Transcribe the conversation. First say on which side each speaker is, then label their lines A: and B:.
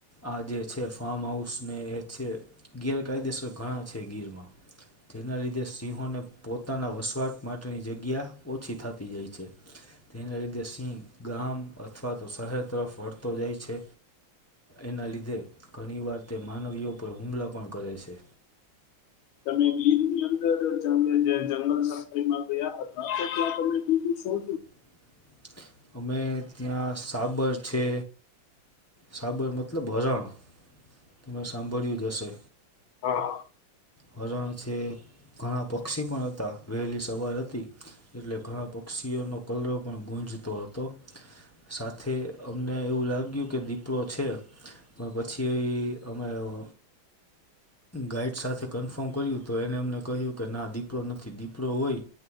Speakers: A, on the left; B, on the left.
A: આ જે છે ફાર્મ હાઉસ ને એ છે ગેરકાયદેસર ઘણા છે ગીરમાં. તેના લીધે સિંહોને પોતાના વસવાટ માટેની જગ્યા ઓછી થતી જાય છે. તેના લીધે સિંહ ગામ અથવા તો શહેર તરફ વળતો જાય છે. એના લીધે ઘણીવાર તે માનવીઓ પર હુમલા પણ કરે છે.
B: તમે ગીરની અંદર જંગલ જે જંગલ સફરીમાં ગયા હતા, ત્યાં તમે બીધુંશું
A: <unintelligible> <inaudible> અમે ત્યાં સાબર છે, સાબર મતલબ હરણ. તમે સાંભળ્યુંજ હશે.
B: હા.
A: હરણ છે, ઘણા પક્ષી પણ હતા વહેલી સવાર હતી એટલે ઘણા પક્ષીઓનો કલરો પણ ગુંજતો હતો. સાથે અમને એવું લાગ્યું કે દીપડો છે, પણ પછી એ કે અમે રહો ગાઈડ સાથે કન્ફર્મ કર્યું તો એને એમને કહ્યું કે ના દીપડો નથી દીપડો હોય